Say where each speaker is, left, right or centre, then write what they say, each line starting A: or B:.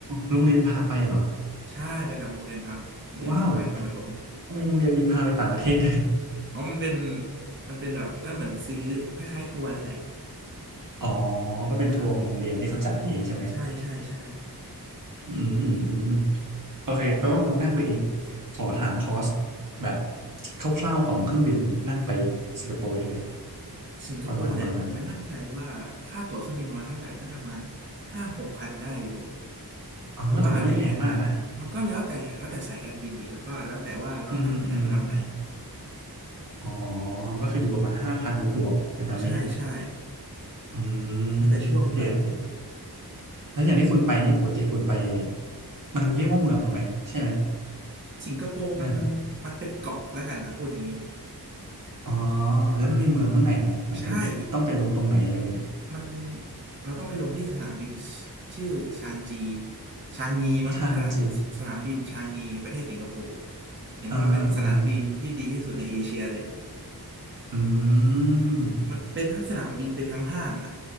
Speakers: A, on the right; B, on the right.
A: โรงเรียนพาไปเหรอ
B: ใช่ไปกับโรงเรียนพบโรงเรียนพบไปตอนประถม
A: ว้าวทำไมโรงเรียนมีพาไปต่างประเทศด้วย
B: อ๋อมันเป็นมันเป็นแบบก็เหมือนซื้อคล้ายๆทัวร์นั่นแหละ
A: อ๋อก็เป็นทัวร์ของโรงเรียนที่เขาจัดเองใช่ไหม
B: อ่าใช่ใช่ใช่
A: อืมอืมอืมโอเคแปลว่าคุณนั่งไปเองขอถามคอสแบบคร่าวๆของเครื่องบินนั่งไปสิงคโปร์ได้ไหม
B: สิงคโปร์เนี่ยผมไม่มั่นใจว่าค่าตั๋วเครื่องบินประมาณเท่าไหร่น่าจะประมาณ
A: ประมาณประมาณ
B: ห้าหกพันได้อยู่
A: อ๋อก็ถือว่าไม่แพงมากนะ
B: หรือว่าอาจจะมีแพงกว่านั้นมันก็แล้วแต่แล้วแต่สายการบินอีกแล้วก็แล้วแต่ว่าเรานั่งเนี่ยระดับไหน
A: อืมอืม อ๋อ ก็คืออยู่ประมาณห้าพันบวกบวกแถวๆนี้
B: ใช่ใช่
A: อืมโอเคโอเค
B: แล้วแต่ช่วงด้วย
A: แล้วอย่างที่คุณไปนี่ปกติคุณไปมันเรียกว่าเมืองไหมใช่ไหม
B: สิงคโปร์มัน
A: ที่นั่น
B: มันเป็นเกาะแล้วกันนะพูดอย่างงี้
A: อ๋อแล้วมันมีเมืองข้างในไหมหมายถึงต้องไปลงตรงไหนอะไรเงี้ยไหม
B: มันใช่มันเราต้องไปลงที่สนามบินชชื่อชางจีชางงีมั้งสนามสนามบินชางงีประเทศสิงคโปร์
A: ชางจี
B: เห็นว่าเป็นสนามบินที่ดีที่สุดในเอเชียเลย
A: อ่าฮะอ่าฮะอืม
B: มันเป็นทั้งสนามบินเป็นทั้งห้างอ่ะ